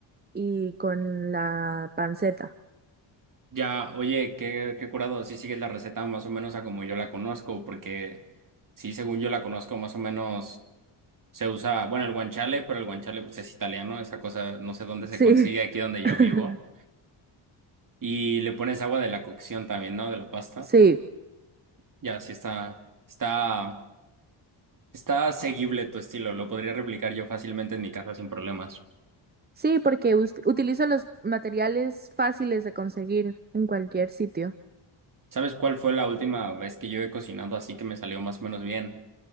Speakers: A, on the right (about 20°); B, on the right (about 40°).
A: y con la panceta.
B: Ya, oye, qué, qué curado, Sí, sigues la receta más o menos a como yo la conozco, porque sí, según yo la conozco, más o menos se usa, bueno, el guanciale, pero el guanciale pues, es italiano, esa cosa no sé dónde se
A: Sí.
B: consigue, aquí donde yo
A: <laughs>
B: vivo. Y le pones agua de la cocción también, ¿no? De la pasta.
A: Sí,
B: Ya, sí está, está. Está seguible tu estilo, lo podría replicar yo fácilmente en mi casa sin problemas.
A: Sí, porque us- utilizo los materiales fáciles de conseguir en cualquier sitio.
B: ¿Sabes cuál fue la última vez que yo he cocinado así que me salió más o menos bien?